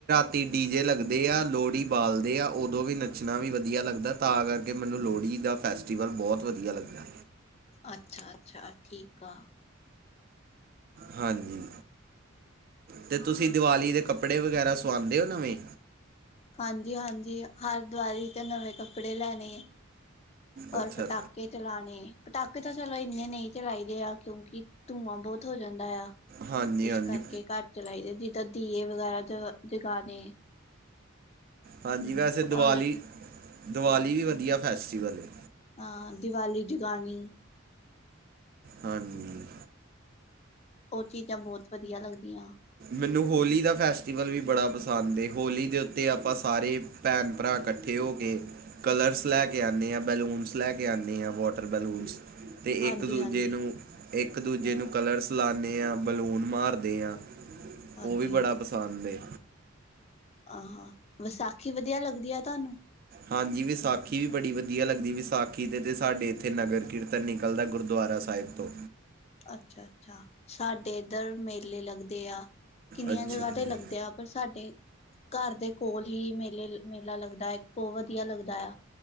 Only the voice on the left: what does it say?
ਅੱਛਾ-ਅੱਛਾ, ਠੀਕ ਆ।
ਹਾਂਜੀ-ਹਾਂਜੀ, ਹਰ ਦਿਵਾਲੀ ਤੇ ਨਵੇਂ ਕੱਪੜੇ ਲੈਣੇ ਹੈ।
ਔਰ ਪਟਾਕੇ ਚਲਾਣੇ। ਪਟਾਕੇ ਤਾਂ ਚਲੋ ਇੰਨੇ ਨਹੀਂ ਚਲਾਈਦੇ ਆ ਕਿਉਂਕਿ ਧੂੰਆਂ ਬਹੁਤ ਹੋ ਜਾਂਦਾ ਆ।
ਇਸ ਕਰਕੇ ਘਰ ਚਲਾਈਦੇ ਜਿੱਦਾਂ ਦੀਏ ਵਗੈਰਾ ਜ ਜਗਾਣੇ
ਹਮ
ਔਰ
ਹਾਂ ਦੀਵਾਲੀ ਜਗਾਣੀ
ਉਹ ਚੀਜ਼ਾਂ ਬਹੁਤ ਵਧੀਆ ਲੱਗਦੀ ਦੀਆਂ।
ਹਾਂਜੀ
ਹਾਂਜੀ
ਹਾਂਜੀ
ਆਹੋ ਵਿਸਾਖੀ ਵਧੀਆ ਲੱਗਦੀ ਆ ਤੁਹਾਨੂੰ
ਅੱਛਾ- ਅੱਛਾ ਸਾਡੇ ਇੱਧਰ ਮੇਲੇ ਲੱਗ ਦੇ ਆ ਕਿੰਨੀਆਂ
ਜਗ੍ਹਾ ਤੇ
ਲੱਗਦੇ ਆ ਪਰ ਸਾਡੇ ਘਰ ਦੇ ਕੋਲ ਹੀ ਮੇਲੇ ਮੇਲਾ ਲੱਗਦਾ ਹੈ, ਬਹੁਤ ਵਧੀਆ ਲੱਗਦਾ ਆ।